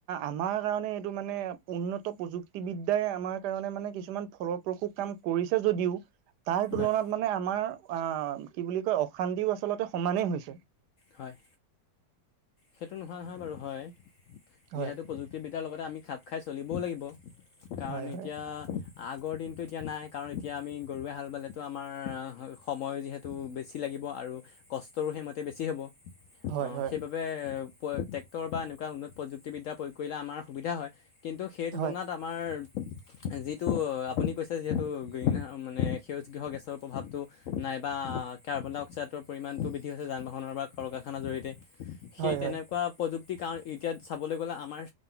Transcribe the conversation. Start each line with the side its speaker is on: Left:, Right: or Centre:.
Right: আমাৰ কাৰণে, এইটো মানে, উন্নত প্ৰযুক্তিবিদ্যাই আমাৰ কাৰণে মানে, কিছুমান ফলপ্ৰসূ কাম কৰিছে যদিও তাৰ তুলনাত
Left: হয়
Right: মানে, আমাৰ আঁ কি বুলি কয়, অশান্তিও আচলতে সমানেই হৈছে।
Left: হয় সেইটো নোহোৱা নহয় বাৰু হয়।
Right: হয়
Left: যিহেতু, প্ৰযুক্তিবিদ্যাৰ লগতে আমি খাপ খাই চলিবও লাগিব। কাৰণ,
Right: হয়
Left: এতিয়া
Right: হয়
Left: আগৰ দিনটো এতিয়া নাই। কাৰণ, এতিয়া আমি গৰুৱে হাল বালে আমাৰ সময় যিহেতু, বেছি লাগিব আৰু কষ্টৰো সেইমতে বেছি হ'ব।
Right: হয়
Left: অ'!
Right: হয়
Left: সেইবাবে ট্ৰেক্টৰ বা এনেকুৱা উন্নত প্ৰযুক্তিবিদ্যা প্ৰয়োগ কৰিলে আমাৰ সুবিধা হয়। কিন্তু, সেই তুলনাত
Right: হয়
Left: আমাৰ, যিটো আপুনি কৈছে যিহেতু গ্ৰীণ মানে সেউজগৃহ গেছৰ প্ৰভাৱটো নাইবা কাৰ্বন ডাই অক্সাইডৰ পৰিমাণটো বৃদ্ধি হৈছে। যান -বাহনৰ বা <unintelligible> জৰিয়তে, সেই
Right: হয়
Left: তেনেকুৱা প্ৰযু প্ৰযুক্তি কাৰণ, এতিয়া চাবলৈ গ'লে, আমাৰ